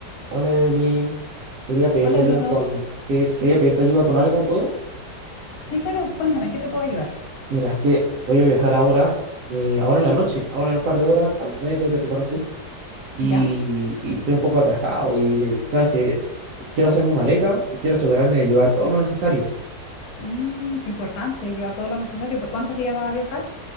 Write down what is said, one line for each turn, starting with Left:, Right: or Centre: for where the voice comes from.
Right: Hola Evelyn, quería pedirte
Left: Hola
Right: ayuda
Left: Bruno.
Right: con, que- quería pedirte ayuda con algo, ¿puedo?
Left: Sí, claro, cuéntame, ¿en qué te puedo ayudar?
Right: Mira, es que voy a viajar ahora, eh, ahora en la noche, ahora en un par de horas, a las nueve tengo que tomar un bus y,
Left: ¿Ya?
Right: y estoy un poco atrasado y eh, sabes que quiero hacer mi maleta y quiero asegurarme de llevar todo lo necesario.
Left: Mm, qué importante, llevar todo lo necesario. ¿Por cuántos días vas a viajar?